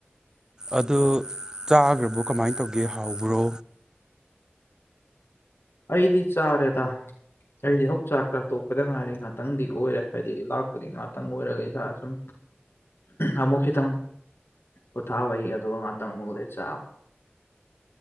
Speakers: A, on the right (about 20°); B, on the left (about 75°).
A: ꯑꯗꯨ ꯆꯥꯈ꯭ꯔꯕꯣ ꯀꯃꯥꯏꯅ ꯇꯧꯒꯦ ꯍꯥꯎꯕ꯭ꯔꯣ
B: ꯑꯩꯗꯤ ꯆꯥꯔꯦꯗ ꯑꯩꯗꯤ ꯍꯧꯖꯤꯛ ꯆꯥꯛ ꯆꯥ ꯇꯣꯛꯄꯗ ꯉꯥꯏꯔꯤ ꯉꯥꯛꯇꯪꯗꯤ ꯑꯣꯏꯔꯦ ꯍꯥꯏꯗꯤ ꯂꯥꯛꯄꯗꯤ ꯉꯥꯛꯇꯪ ꯑꯣꯏꯔꯒ ꯏꯁꯥ ꯁꯨꯝ ꯑꯃꯨꯛ ꯈꯤꯇꯪ ꯄꯣꯊꯥꯕꯩ ꯑꯗ ꯉꯥꯛꯇꯪ ꯑꯃꯨꯛ ꯂꯩ ꯆꯥꯕ